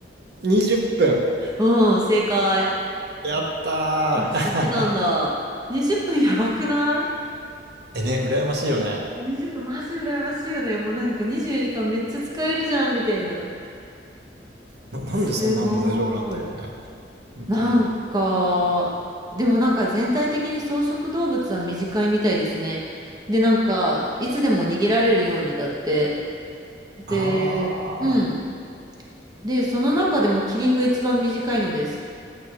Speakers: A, on the right (about 60°); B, on the right (about 20°).
A: 20分。
B: うん、正解。
A: やったー。
B: あ、知ってたんだ。20分やばくない
A: <laughs> え、ね、羨ましいよね。
B: ?20 分マジ羨ましいよね。もうなんか24時間めっちゃ使えるじゃん、みたいな。
A: な、なんでそんなんで大丈夫なんだろうね。
B: すごい。
A: 本当に。
B: なんか、でもなんか全体的に草食動物は短いみたいですね。で、なんか、いつでも逃げられるようにだって。で、
A: あ
B: うん。で、その中でもキリンが一番短いのです。